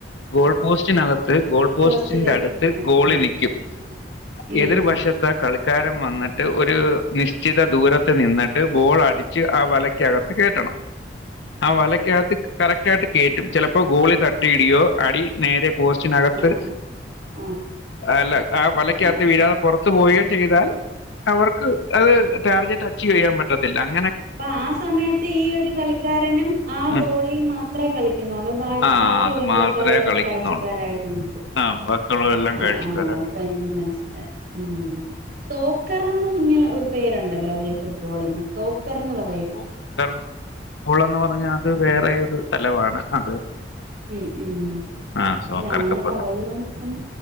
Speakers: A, on the left; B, on the right.
A: ഗോൾ പോസ്റ്റിനകത്ത് ഗോൾ പോസ്റ്റിന്റെ
B: പോസ്റ്റിലേക്ക്
A: അട്ത്ത്
B: ഇങ്ങനെ അടിക്കുന്നു
A: ഗോളി നിക്കും
B: ഉം ഉം
A: എതിർ വഷത്ത് കളിക്കാരെം വന്ന്ട്ട് ഒരു നിശ്ചിത ദൂരത്ത് നിന്ന്ട്ട് ബോൾ അടി ച്ച് ആ വലക്യകത്ത് കേറ്റണം ആ വലക്യകത്ത് കറക്റ്റായിട്ട് കേറ്റും ചെലപ് പ്പൊ ഗോളി തട്ടിയിടിയോ അടി നേരെ പോസ്റ്റിനകത്ത്
B: ആഹ് ആഹ് ആഹ്
A: അല്ല ആ വലക്യകത്ത്
B: ആഹ്
A: വിഴാതെ പൊറത് ത്ത് പോയേ ചെയ്താൽ അവർക്ക് അത് ടാർഗറ്റ് അച്ചീവ് ചെയ്യാൻ പറ്റത്തില്ല അങ്ങ
B: അപ്പ ആ സമയത്ത് ഈ ഒരു കളിക്കാരനും ആ
A: ഉം.
B: ഗോളിയും മാത്രേ കളി ക്ക്ന്നൊള്ളൂ ബാ
A: ആ
B: ബാക്കിയുള്ള
A: അത്
B: കളിക്കാര്
A: മാത്രമേ
B: വെറും
A: കളിക്കുന്നുള്ളൂ
B: കാഴ്ചക്കാരായിട്ട് നിക്കും
A: ആ ബാക്കിയുള്ളതെല്ലാം
B: ആഹ്
A: കഴിച്ചു
B: ആഹ്
A: കരാട്ടെ
B: ഇപ്പ എനിക്ക് മനസ്സിലായി ഉം തോക്കറാെന്നും ഇങ്ങനെ ഒരു പേര് ഉണ്ടല്ലോ അല്ലേ ഫുട്ബോളിന് സോക്കർന്ന് പറ
A: സോക്കർ ബുൾ എന്ന് പറഞ്ഞാ അത്
B: ഉം
A: വേറെ ഒരു തലവാണ് അത്
B: ഉം ഉം.
A: ആഹ് സോക്കർ
B: അല്ല അങ്ങനെ
A: കപ്പ് എന്ന് ഒക്കെ പറയും
B: എന്ന്